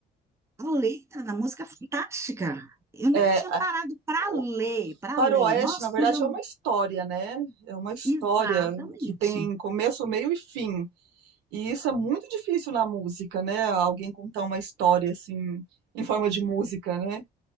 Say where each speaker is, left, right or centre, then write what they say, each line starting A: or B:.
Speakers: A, on the right; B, on the right.
A: A letra da música é fantástica. Eu nunca
B: É,
A: tinha
B: a-
A: parado para
B: o
A: ler, para
B: faroeste,
A: ler. Nossa,
B: na verdade,
A: quando eu.
B: é uma história, né? É uma história
A: Exatamente.
B: que tem começo, meio e fim. E isso é muito difícil na música, né? Alguém contar uma história assim, em forma de música, né?